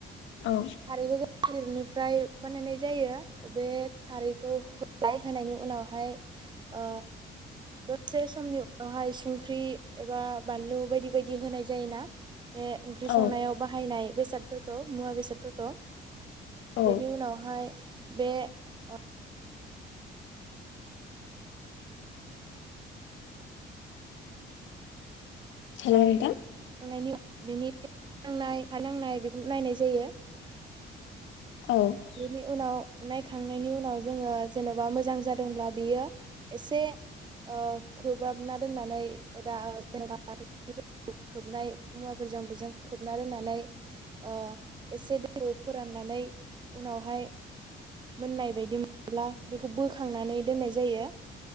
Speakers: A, on the left; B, on the right.
A: औ
B: खारैखौ जों थालिरनिफ्राय बानायनाय जायो बे खारैखौ <unintelligible> हाय होनायनि उनावहाय ओ दतसे समनि उ आवहाय सुंख्रि एबा बानलु बायदि बायदि होनाय जायोना बे ओंख्रि
A: औ
B: संनायाव बाहायनाय बेसादफोर खो मुवा बेसादफोरखो
A: औ
B: बेनि उनावहाय बे ओ
A: हेलौ
B: <unintelligible>
A: नोंथां
B: बिनि <unintelligible> नांनाय हा नांनाय बेखौ नायनाय जायो
A: औ औ
B: बेनि उनाव नायखांनायनि उनाव जोंङो जेनबा मोजां जादोंब्ला बेयो एसे ओ खोबहाबना दोननानै दा <unintelligible> <unintelligible> खोबनाय मुवाफोरजों बेजों खोबना दोननानै ओ एसे दैखौ फोराननानै उनावहाय मोननाय बायदि मोन <unintelligible> ला बेखौ बोखांनानै दोननाय जायो